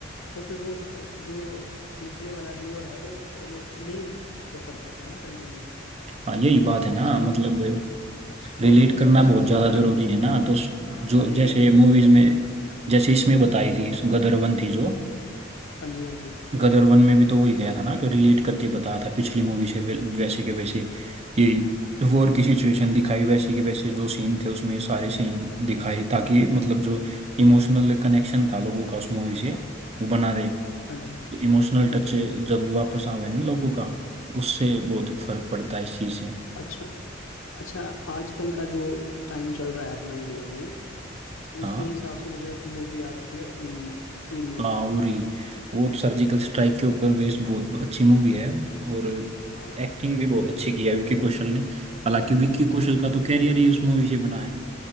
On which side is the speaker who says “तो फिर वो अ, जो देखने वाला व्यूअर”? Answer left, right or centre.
Left